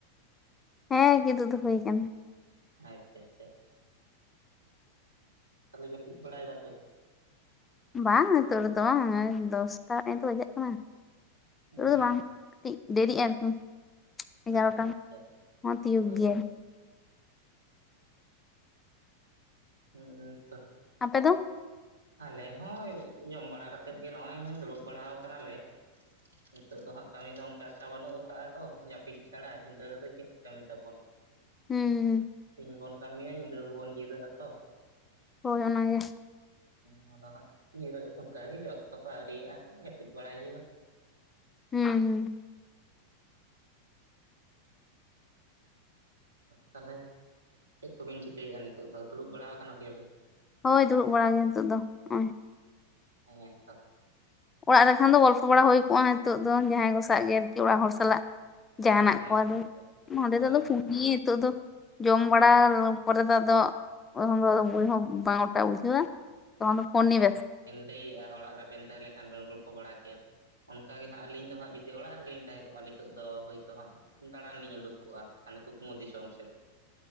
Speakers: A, on the left; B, on the right.
A: ᱦᱮᱸ ᱠᱤᱫᱩ ᱫᱚ ᱦᱩᱭ ᱠᱟᱱᱟ
B: ᱟᱪᱪᱷᱟ ᱪᱟ ᱛᱟᱦᱚᱞᱮ ᱡᱟᱹᱯᱤᱫ ᱵᱟᱲᱟᱭ ᱫᱟᱯᱮ
A: ᱵᱟᱝ ᱱᱤᱛᱳᱜ ᱨᱮᱫᱚ ᱵᱟᱝ ᱫᱚᱥᱴᱟ ᱱᱤᱛ ᱵᱟᱡᱟᱜ ᱠᱟᱱᱟ ᱱᱤᱛᱳᱜ
B: ᱟᱪᱪᱷᱟ
A: ᱨᱮᱫᱚ ᱵᱟᱝ ᱫᱮᱨᱤᱟᱜ ᱟᱨᱠᱤ <inaudible> ᱮᱜᱟᱨᱚᱴᱟ
B: ᱟᱪᱪᱷᱟ
A: ᱦᱚᱸ ᱛᱤᱭᱳᱜ
B: ᱦᱳᱭ
A: ᱜᱮᱭᱟ
B: ᱦᱳᱭ ᱦᱩᱸ ᱩ ᱛᱚ᱾
A: ᱟᱯᱮ ᱫᱚ?
B: ᱟᱞᱮ ᱦᱚᱸ ᱡᱚᱢ ᱵᱟᱲᱟ ᱠᱟᱛᱮᱫ ᱜᱮ ᱱᱚᱜᱼᱚᱭ ᱫᱩᱲᱩᱵ ᱵᱟᱲᱟ ᱠᱟᱱᱟᱞᱮ᱾ ᱱᱤᱛᱚᱜ ᱫᱚ ᱦᱟᱸᱜ ᱠᱟᱹᱢᱤ ᱫᱚ ᱚᱱᱠᱟ ᱮᱠᱴᱟ ᱵᱟᱹᱱᱩᱜ ᱟᱠᱟᱟᱜᱼᱟ ᱛᱚ ᱡᱟᱹᱯᱤᱫ ᱪᱷᱟᱲᱟ ᱧᱤᱫᱟᱹ ᱫᱚ ᱪᱮᱫ ᱠᱟᱹᱢᱤ ᱛᱟᱵᱚᱱ,
A: ᱦᱩᱸ ᱦᱩᱸ
B: ᱥᱤᱧ ᱵᱚᱱ ᱠᱟᱹᱢᱤᱭᱟ ᱧᱤᱫᱟᱹ ᱫᱚᱵᱚᱱ ᱡᱤᱨᱟᱹᱜᱼᱟ ᱛᱚ᱾
A: ᱦᱳᱭ ᱚᱱᱟᱜᱮ
B: ᱦᱩ ᱟᱫᱚ ᱦᱟᱸᱜ ᱧᱤᱨᱟᱹᱜ ᱚᱱᱠᱟ ᱜᱮ ᱚᱠᱛᱚ ᱠᱚ ᱟᱹᱣᱨᱤᱭᱟᱜᱼᱟ ᱡᱟᱹᱯᱤᱫ ᱵᱟᱲᱟᱭ ᱦᱩᱭᱩᱜᱼᱟ᱾
A: ᱦᱩᱸ ᱦᱩᱸ᱾
B: ᱛᱟᱦᱞᱮ ᱪᱮᱫ ᱠᱚᱵᱤᱱ ᱪᱤᱠᱟᱹᱭᱮᱫᱼᱟ ᱱᱤᱛᱚᱜ ᱫᱚ, ᱫᱩᱲᱩᱵ ᱵᱟᱲᱟ ᱟᱠᱟᱱ ᱜᱮᱭᱟᱵᱤᱱ?
A: ᱦᱳᱭ ᱫᱩᱲᱩᱵ ᱵᱟᱲᱟ ᱜᱮ ᱱᱤᱛᱚ ᱫᱚ ᱱᱚᱜᱼᱚᱭ,
B: ᱩ ᱦᱮ ᱛᱚ,
A: ᱚᱲᱟᱜ ᱨᱮᱠᱷᱟᱱ ᱫᱚ ᱜᱚᱞᱯᱚ ᱵᱟᱲᱟ ᱦᱩᱭ ᱠᱚᱜᱼᱟ ᱱᱤᱛᱚᱜ ᱫᱚ, ᱡᱟᱦᱟᱸᱭ ᱠᱚᱥᱟᱜ ᱜᱮ ᱟᱨᱠᱤ ᱚᱲᱟᱜ ᱦᱚᱲ ᱥᱟᱞᱟᱜ᱾ ᱡᱟᱦᱟᱱᱟᱜ
B: ᱟᱪᱪᱷᱟ
A: ᱠᱚ ᱟᱫᱚ
B: ᱟᱪᱪᱷᱟ
A: ᱱᱚᱸᱰᱮ
B: ᱦᱳᱭ
A: ᱛᱚ
B: ᱦᱳᱭ
A: <inaudible> ᱱᱤᱛᱚᱜ ᱫᱚ ᱡᱚᱢ ᱵᱟᱲᱟ ᱯᱚᱨᱮ ᱫᱚ ᱟᱫᱚ, ᱩᱱ ᱫᱚ ᱵᱳᱤ ᱦᱚ ᱵᱟᱝ ᱚᱴᱟ ᱵᱩᱡᱳᱟ ᱛᱚ ᱩᱱ ᱫᱚ ᱯᱷᱩᱱᱤ ᱵᱮᱥ
B: ᱞᱟᱹᱭᱮᱟ ᱚᱲᱟᱜ ᱨᱮᱵᱮᱱ ᱛᱟᱦᱮᱸ ᱞᱮᱱᱠᱷᱟᱱ ᱵᱮᱱ ᱜᱚᱞᱯᱷᱚ ᱵᱟᱲᱟ ᱠᱮᱭᱟ, ᱚᱱᱠᱟ ᱜᱮ ᱦᱟᱸᱜ ᱟᱹᱞᱤᱧ ᱫᱚ ᱦᱟᱸᱜ ᱡᱩᱫᱤ ᱚᱲᱟᱜ ᱨᱮᱞᱤᱧ ᱛᱟᱦᱮᱸ ᱠᱚᱜᱼᱟ ᱱᱤᱛᱚᱜ ᱫᱚ ᱦᱳᱭᱛᱳ ᱦᱟᱸᱜ, ᱫᱟᱲᱟᱱ ᱞᱤᱧ ᱩᱰᱩᱠ ᱠᱚᱜᱼᱟ, ᱦᱟᱱᱮ ᱠᱩᱠᱢᱩ ᱫᱤᱥᱚᱢ ᱥᱮᱫ,